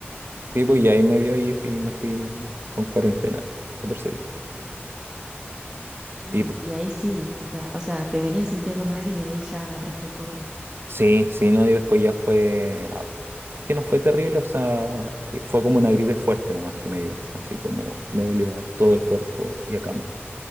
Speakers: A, on the right; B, on the right.
A: sí, pues, y ahí me dio y fui- me fui con cuarentena, 14 días. Y
B: Ay, y ahí sí, o sea, o sea, te venías sintiendo mal y de ahí ya agarraste el COVID.
A: Sí, sí, no, y después ya fue... ah, Es que no fue terrible, o sea, y fue como una gripe fuerte nomás que me dio, así como me dolía todo el cuerpo y a cama.